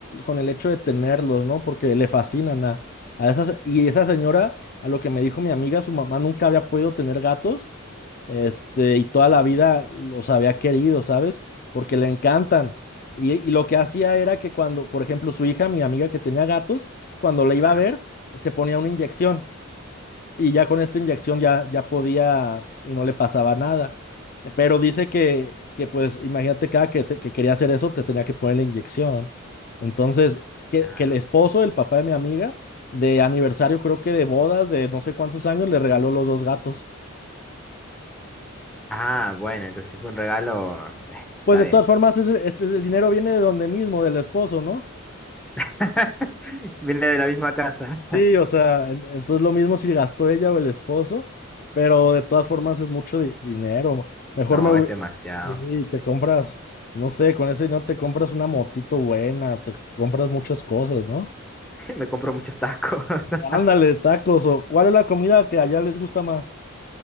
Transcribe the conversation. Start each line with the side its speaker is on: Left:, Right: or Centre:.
Left: con el hecho de tenerlos, ¿no? Porque le fascinan a, a esas, y esa señora, a lo que me dijo mi amiga, su mamá nunca había podido tener gatos Este, y toda la vida los había querido, ¿sabes? Porque le encantan. Y, y lo que hacía era que cuando, por ejemplo, su hija, mi amiga que tenía gatos, cuando la iba
Centre: Claro,
Left: a ver, se ponía una inyección. Y ya con esta inyección ya, ya podía y no le pasaba nada. Pero dice que, que pues, imagínate, cada que, te- que quería hacer eso, te tenía que poner la inyección. Entonces, que,
Centre: claro.
Left: que el esposo, el papá de mi amiga, de aniversario, creo que de bodas, de no sé cuántos años, le regaló los dos gatos.
Centre: Ah, bueno, entonces si fue un regalo, eh,
Left: Pues
Centre: está
Left: de
Centre: bien.
Left: todas formas, es, es- el dinero viene de donde mismo, del esposo, ¿no?
Centre: <laughs> Viene de la misma casa.
Left: Sí, o sea, en- entonces lo mismo si gastó ella o el esposo, pero de todas formas es mucho di- dinero. Mejor
Centre: No,
Left: me... hu-
Centre: es demasiado.
Left: Sí, te compras, no sé, con ese dinero te compras una motito buena, te compras muchas cosas, ¿no?
Centre: <laughs> Me compro muchos tacos. <laughs>
Left: Ándale, tacos, o ¿cuál es la comida que allá les gusta más?